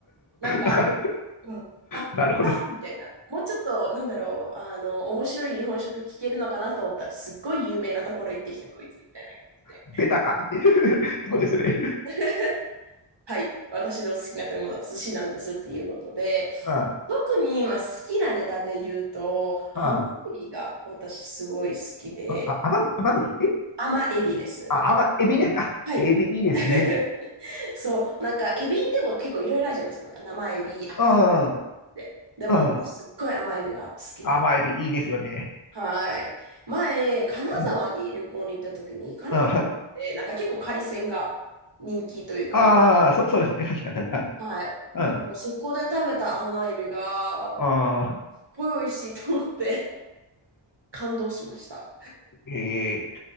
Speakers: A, on the right; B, on the left.
A: なんか、
B: だから、
A: うん、あ、
B: なるほど。
A: あ、みたいな。もうちょっと、なんだろう、あの、面白い日本食聞けるのかなと思ったら、すっごい有名なところ行ってきた、こいつ、みたいな感じで。
B: ベタかって <laughs> ってことですよね。
A: お <laughs> はい、私の好きな食べ物は寿司なんですっていうことで、
B: うん。
A: 特に今好きなネタで言うと、甘エビが私すごい好きで、
B: うんあ、甘ぐ、甘栗え
A: 甘エビです。
B: あ、甘、エビね。あ、
A: はい。
B: エビいいですね。
A: <laughs> そう、なんかエビでも結構いろいろあるじゃないですか。なんか生エビ、赤いエ
B: うん。
A: ビで。でも、
B: うん。
A: すっごい甘エビが好きで。
B: 甘エビいいですよね。
A: はい。前、金沢に旅行に行った時に、
B: うん。
A: 金沢ってなんか結構海鮮が人気というか、
B: うん。ああ、
A: い
B: そ、そうですね。確か、確か。
A: はい。
B: うん。あ
A: もうそこで食べた甘エビが、
B: あー、
A: すっごい美味しいと思って <laughs> 感動しました。
B: ええ